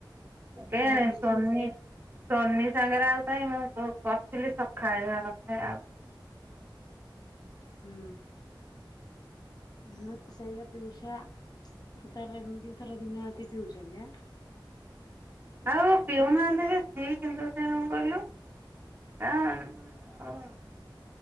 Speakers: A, on the right; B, on the left.
A: ତତେ
B: ପୁରା ଫିସ୍
A: ସୋନୀ
B: ଫିସ୍ ହୁଁ
A: ସୋନୀ ସାଙ୍ଗରେ ଆଉ କାଇ ମୁଁ କରିଥିଲି ସକାଳେ ଯାହା କଥାହେଇ ଆଉ
B: ହୁଁ ନାଁ ସେଇଆ ପିଇଷା ତାହାଲେ ଏମିତି ଦିଇଥର ଦିନରାତି ପିଉଚନ୍ତି ଆଁ?
A: ଆଉ ପିଉନାହାନ୍ତିଯେ କିନ୍ତୁ ସେକଁ କହିଲୁ <unintelligible>